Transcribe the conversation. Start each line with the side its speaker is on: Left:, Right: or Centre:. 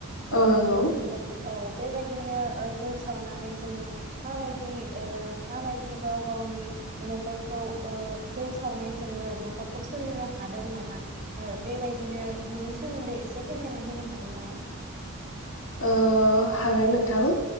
Left: औ
Right: ओ
Left: नंगौ
Right: नुनो मोनदों औ बेबायदिनो ओ जौ सावनानै जोङो माबायदि ओ माबायदि गाव गावनि नखरखौ ओ जौ सावनायजोंनो नखरखौ सोलिनो हादों नामा ओ बेबायदिनो बेनि सोमोन्दै एसे फोरमायना होनो हागोन नामा?
Left: ओ हागोन नोंथां।